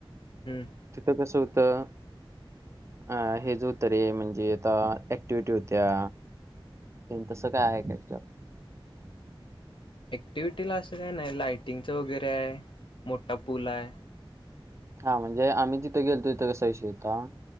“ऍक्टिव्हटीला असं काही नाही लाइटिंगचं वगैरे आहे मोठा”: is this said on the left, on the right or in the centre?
Left